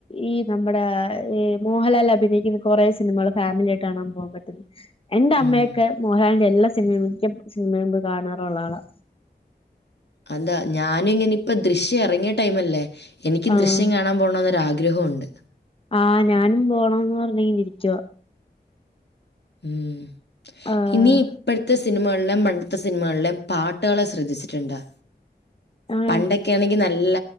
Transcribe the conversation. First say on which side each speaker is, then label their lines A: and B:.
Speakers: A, on the left (about 30°); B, on the left (about 75°).
A: ഈ നമ്മടെ ഈ മോഹൻലാൽ അഭിനയിക്കുന്ന കൊറേ സിനിമകള് ഫാമിലി ആയിട്ട് കാണാൻ പോകാൻ പറ്റും എന്റെ അമ്മയൊക്കെ
B: ഉം.
A: മോഹലാലിന്റെ എല്ലാ സിനിമ മിക്ക സിനിമേം പോയ് കാണാറൊള്ള ആളാ
B: അതാ ഞാനും ഇങ്ങനെ ഇപ്പ ദൃശ്യം എറങ്ങിയ ടൈമല്ലേ എനിക്കും
A: ആഹ്
B: ദൃശ്യം കാണാൻ പോണോന്നൊര് ആഗ്രഹ ഒണ്ട്
A: ആഹ് ഞാനും പോണോന്ന് പറഞ്ഞ്ങ്ങന ഇരിക്കുവാ
B: ഉം
A: ആഹ്
B: ഇനി ഇപ്പഴത്തെ സ് നിമകളിലേം പണ്ടത്തെ സിനിമകളിലേം പാട്ടുകളെ ശ്രദ്ധിച്ചിട്ടുണ്ടാ
A: ആഹ്
B: പണ്ടക്കെ ആണെങ്കി നല്ല